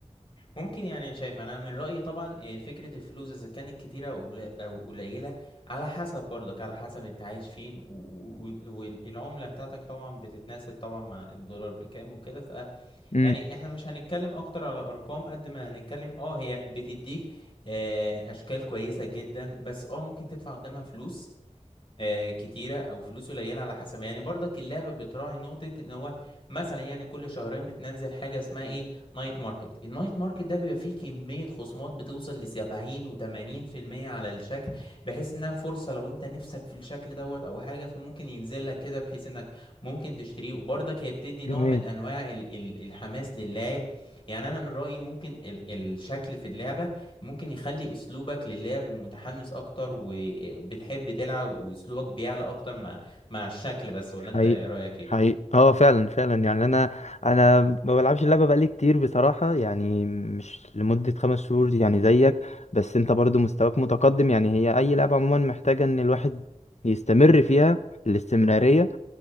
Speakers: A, on the left; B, on the left.
A: ممكن يعني شايف انا من رأيي طبعا آه، فكرة الفلوس اذا كانت كتيرة او قل- أو قليلة على حسب برضك على حسب انت عايش فين و- و- والعملة بتاعتك طبعا بتتناسب طبعا مع الدولار بكام وكده
B: امم
A: يعني احنا مش هنتكلم اكتر على ارقام قد ما هنتكلم اه هي بتديك آه، اشكال كويسة جدا بس اه ممكن تدفع قدامها فلوس آه، كتيرة أو فلوس قليلة على حسب يعني برضك اللعبة بتراعي نقطة إن هو مثلا يعني كل شهرين بتنزل حاجة اسمها إيه نايت ماركت النايت ماركت ده بيبقى فيه كمية خصومات بتوصل لسبعين وتمانين في المية على الشكل بحيث إنها فرصة لو أنت نفسك في الشكل دوت أو حاجة فممكن ينزل لك كده بحيث إنك ممكن تشتريه وبرضك هي بتدي نوع
B: جميل
A: من أنواع ال ال الحماس للاعب يعني أنا من رأيي ممكن ال الشكل في اللعبة ممكن يخلي اسلوبك للعب ومتحمس اكتر وبتحب تلعب واسلوبك بيعلى اكتر مع مع الشكل بس ولا
B: حقيقي
A: انت رأيك ايه
B: حقيقي اه فعلا فعلا يعني انا انا ما بلعبش اللعبه بقالي كتير بصراحه يعني مش لمده خمس شهور يعني زيك بس انت برضو مستواك متقدم يعني هي اي لعبه عموما محتاجه ان الواحد يستمر فيها الاستمراريه